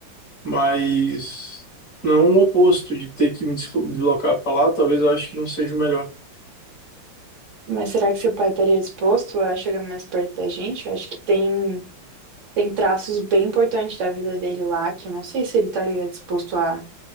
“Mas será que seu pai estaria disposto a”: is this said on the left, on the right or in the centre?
Right